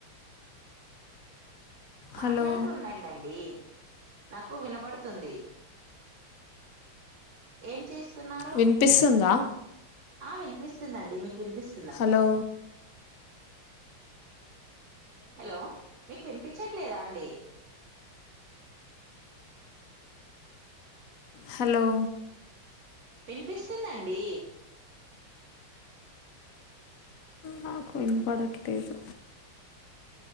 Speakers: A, on the right; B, on the left.
A: మాట్లాడుతూ
B: హలో
A: ఉండండండి నాకు వినబడుతుంది ఏం చేస్తున్నారు
B: వినిపిస్తుందా
A: ఆ వినిపిస్తుందండి మీకు వినిపిస్
B: హలో
A: హలో మీకు వినిపించట్లేదా అండి
B: హలో
A: వినిపిస్తుందండి
B: నాకు వినపడట్లేదు